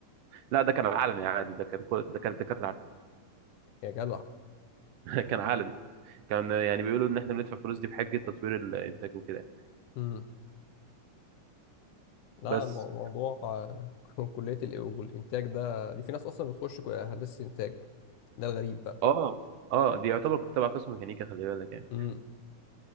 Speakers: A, on the right (about 75°); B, on the left (about 70°).
A: لا ده كان علني عادي ده كان كل ده كان الدكاترة عارفين
B: يا جدع
A: <laughs> كان علني كان يعني بيقولوا ان احنا بندفع فلوس دي بحجة تطوير الانتاج وكده
B: امم
A: بس
B: لا مو- موضوع آه، <laughs> كلية الإ- والإنتاج ده دي في ناس أصلا بتخش كو- هندسة إنتاج ده الغريب بقى
A: اه اه دي يعتبر كنت تبع قسم ميكانيكا خلي بالك يعني
B: امم